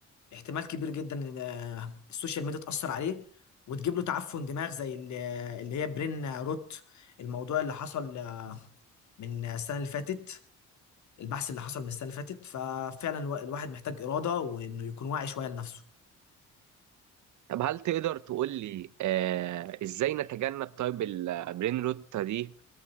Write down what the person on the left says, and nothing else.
احتمال كبير جدا إن آه، السوشيال ميديا تأثر عليه وتجيب له تعفن دماغ زي اللي اللي هي برين روت الموضوع اللي حصل آه، من السنة اللي فاتت البحث اللي حصل من السنه اللي فاتت ففعلا الوا- الواحد محتاج اراده وانه يكون واعي شويه لنفسه